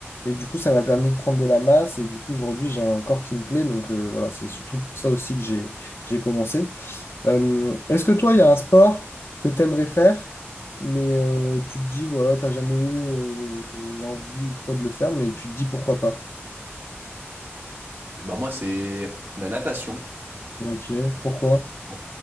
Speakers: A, on the left; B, on the right.
A: et du coup ça m'a permis de prendre de la masse, et du coup aujourd'hui j'ai un corps qui me plaît, donc euh, voilà, c'est surtout pour ça aussi que j'ai, j'ai commencé. Euh, est-ce que toi, il y a un sport que tu aimerais faire, mais euh, tu te dis, voilà, t'as jamais eu euh, l'envie ou quoi de le faire, mais tu te dis pourquoi pas?
B: Bah moi, c'est la natation.
A: Ok, pourquoi?
B: Bon,